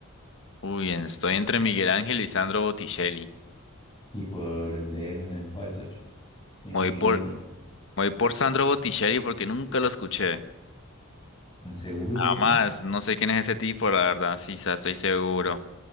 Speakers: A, on the left; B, on the left.
A: Uy, estoy entre Miguel Ángel y Sandro Botticelli.
B: Y por de esos, ¿en cuál, socio? Tiene
A: Me
B: que
A: Voy
B: elegir
A: por
B: uno.
A: Voy por Sandro Botticelli porque nunca lo escuché.
B: ¿Están seguros,
A: Además,
B: socio?
A: no sé quién es ese tipo, la verdad, sí, sa- estoy seguro.